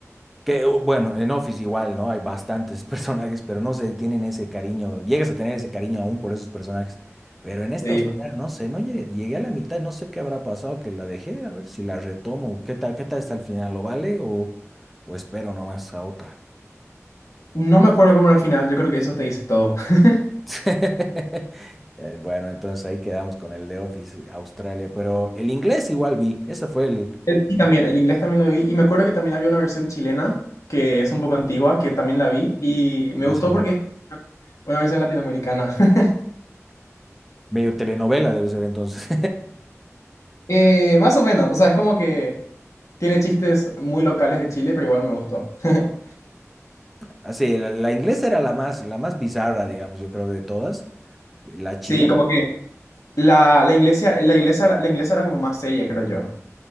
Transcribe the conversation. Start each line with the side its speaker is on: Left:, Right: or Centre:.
Centre: Que u- bueno, en Office igual, ¿no? Hay bastantes <laughs> personajes, pero no se tienen ese cariño, llegas a tener ese cariño aún por esos personajes. Pero en esta
Left: Sí.
Centre: Australia, no sé, no llegué, llegué a la mitad, no sé qué habrá pasado que la dejé, a ver si la retomo. ¿Qué tal, qué tal está el final? ¿Lo vale o, o espero nomás a otra?
Left: No me acuerdo cómo era el final, yo creo que eso te dice todo. <laughs>
Centre: <laughs> Eh, Bueno, entonces ahí quedamos con el de Office eh, Australia, pero el inglés igual vi, esa fue el,
Left: El- Sí, también, el inglés también lo vi y me acuerdo que también había una versión chilena que es un poco antigua, que también la vi y me
Centre: pues
Left: gustó
Centre: no,
Left: porque es una versión latinoamericana. <laughs>
Centre: medio telenovela debe ser entonces.
Left: Eh, más o menos, o sea, es como que tiene chistes muy locales de Chile, pero igual me gustó. <laughs>
Centre: <laughs> Así, la, la inglesa era la más, la más bizarra, digamos, yo creo de todas. La chilena,
Left: Sí, como que la, la iglesia, la iglesia, era- la inglesa era como más seria, creo yo.